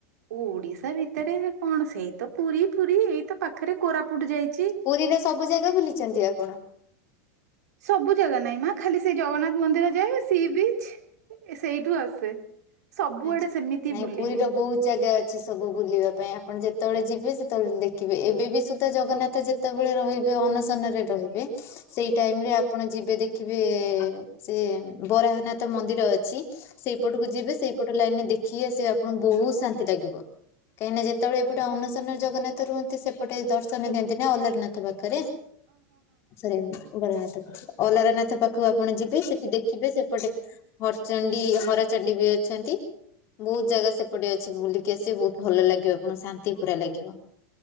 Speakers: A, on the right; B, on the left.
A: ଓଡିଶା ଭିତେରେ କଣ ସେଇ ତ ପୁରୀ ଫୁରୀ ଏଇତ ପାଖରେ କୋରାପୁଟ ଯାଇଚି।
B: ପୁରୀରେ ସବୁ ଜାଗା ବୁଲିଛନ୍ତି ଆପଣ।
A: ସବୁ ଜାଗା ନାଇଁ ମା ଖାଲି ସେ ଜଗନ୍ନାଥ ମନ୍ଦିର ଯାଏ ସି ବିଚ। ସେଇଠୁ ଆସେ ସବୁଆଡେ
B: ଆଚ୍ଛା।
A: ସେମିତି
B: ନାଇଁ
A: ବୁଲିନି।
B: ପୁରୀର ବହୁତ ଜାଗା ଅଛି। ସବୁ ବୁଲିବା ପାଇଁ ଆପଣ ଯେତେବେଳେ ଯିବେ ସେତେବେଳେ ଦେଖିବେ ଏବେ ବି ସୁଦ୍ଧା ଜଗନ୍ନାଥ। କେତେବେଳେ ରହିବେ ଅନଶନରେ ରହିବେ। ସେଇ ଟାଇମ ରେ ଆପଣ ଯିବେ ଦେଖିବେ ସେ ବରାହନାଥ ମନ୍ଦିର ଅଛି। ସେଇପଟକୁ ଯିବେ ସେଇପଟ ଲାଇନରେ ଦେଖିକି ଆସିବେ ଆପଣଙ୍କୁ ବହୁତ ଶାନ୍ତି ଲାଗିବ। କାହିଁକି ନା ଯେତେବେଳେ ଏପଟେ ଅନସନ ରେ ଜଗନ୍ନାଥ ରୁହନ୍ତି ସେପଟେ ଦର୍ଶନ ଦିଅନ୍ତି ନା ଅଲାରନାଥ ପାଖରେ। ସରେ ବରନାଥ ଅଲରନାଥ ପାଖକୁ। ଆପଣ ଯିବେ ସେଠି ଦେଖିବେ ସେପଟେ। ଚଣ୍ଡି ହର ଚଣ୍ଡୀ ବି ଅଛନ୍ତି ବହୁତ ଜାଗା ସେପଟେ ଅଛି ବୁଲିକି ଆସିବେ ବହୁତ ଭଲ ଲାଗିବ। ଆପଣଙ୍କୁ ଶାନ୍ତି ପୁରା ଲାଗିବ।